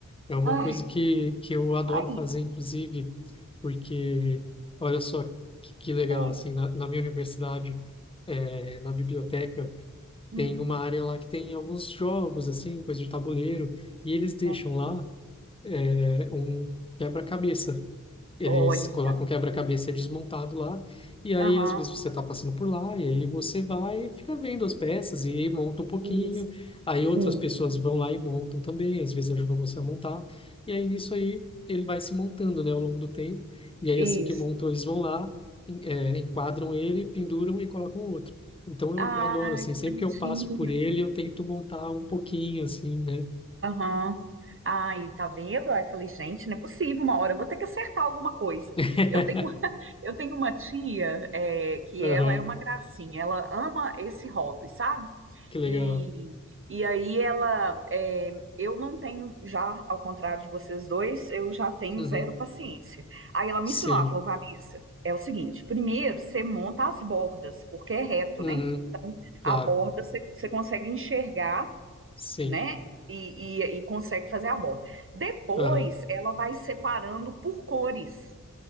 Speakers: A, on the left; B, on the right.
A: É uma
B: ai,
A: coisa que, que eu adoro
B: tá aí.
A: fazer, inclusive, porque, olha só, que, que legal,
B: É,
A: assim, na, na minha universidade, eh, na biblioteca,
B: Hum,
A: tem uma área lá que tem alguns jogos, assim, coisa de tabuleiro, e eles deixam
B: é.
A: lá é, um quebra-cabeça. Eles
B: Olha,
A: colocam o quebra-cabeça desmontado lá, e aí
B: aham,
A: às vezes você está passando por lá, e aí você vai e fica vendo as peças e aí monta um pouquinho,
B: isso,
A: aí outras
B: hum,
A: pessoas vão lá e montam também, às vezes ajudam você a montar, e aí nisso aí ele vai se montando, né, ao longo do tempo, e aí
B: isso.
A: assim que montam eles vão lá, en- é, enquadram ele, penduram e colocam outro. Então eu
B: Ai,
A: adoro, assim,
B: que
A: sempre
B: bonitinho.
A: que eu passo por ele, eu tento montar um pouquinho, assim, né?
B: Aham. Ai, tá vendo? Aí eu falei, gente, não é possível, uma hora eu vou ter que acertar alguma coisa.
A: <laughs>
B: Eu tenho, eu tenho uma tia, é, que ela
A: Aham,
B: é uma gracinha, ela ama esse hobby, sabe?
A: que legal.
B: E, e aí ela, é, eu não tenho, já, ao contrário de vocês dois, eu já tenho
A: Uhum.
B: zero paciência. Aí ela me
A: Sim.
B: ensinou, ela falou, Vanessa, é o seguinte, primeiro você monta as bordas, porque é reto,
A: Uhum.
B: né? Então,
A: Claro.
B: a borda você você consegue enxergar
A: Sim.
B: né? E, e, e consegue fazer a borda. Depois,
A: Aham.
B: ela vai separando por cores,